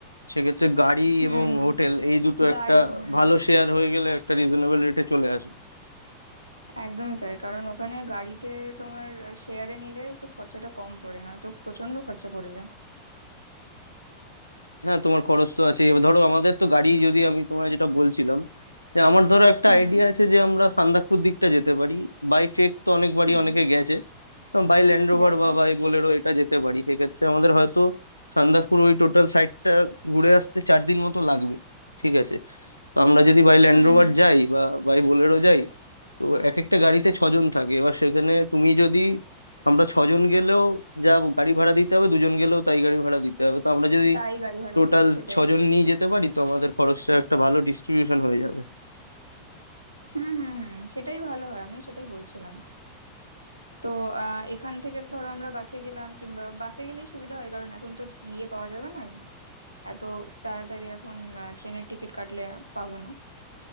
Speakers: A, on the left; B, on the right.
A: সেক্ষেত্রে গাড়ি
B: হুম
A: এবং
B: হুম
A: হোটেল এই দুটো
B: গাড়ি
A: একটা
B: হুম
A: ভালো শেয়ার হয়ে গেলে একটা রিজনেবল রেটে চলে আসবে
B: একদমই তাই কারণ ওখানে গাড়িতে তোমার শেয়ারে নিলে একটু খরচাটা কম পড়ে না তো প্রচন্ড খরচা পড়ে যায়
A: হ্যাঁ তোমার খরচ তো আছে এবার ধরো আমাদের তো গাড়ি যদি আমি তোমায় যেটা বলছিলাম যে আমার ধরো একটা
B: হুম
A: আইডিয়া আছে যে আমরা সান্দাকফু দিকটা যেতে পারি বাই ট্রেক তো অনেকবারই
B: হুম
A: অনেকে গেছে বাই ল্যান্ড রোভার
B: গেছে
A: বা বাই বোলেরো এটা যেতে পারি সেক্ষেত্রে আমাদের হয়তো সান্দাকফুর ওই টোটাল সাইটটা ঘুরে আসতে চার দিন মতো লাগবে ঠিক আছে তো আমরা যদি বাই ল্যান্ড
B: হুম
A: রোভার
B: হুম
A: যাই বা বাই বোলেরো যাই তো এক একটা গাড়িতে ছজন থাকে এবার সেখানে তুমি যদি আমরা ছজন গেলেও যা গাড়ি ভাড়া দিতে হবে দুজন গেলেও তাই গাড়ি ভাড়া দিতে হবে তো আমরা যদি
B: তাই গাড়ি ভাড়া
A: টোটাল
B: পড়বে সেটাই
A: ছজন নিয়ে যেতে পারি তো আমাদের খরচটা একটা ভালো ডিস্ট্রিবিউশন হয়ে যাবে
B: হুম হুম হুম সেটাই ভালো হয় আমিও সেটাই বলছিলাম তো আহ এখান থেকে ধরো আমরা বাসে গেলাম কিংবা বাসে গেলেই সুবিধা হয় কারণ এখন তো ইয়ে পাওয়া যাবে না এত তাড়াতাড়ি এখন ট্রেনের টিকিট কাটলে পাবো না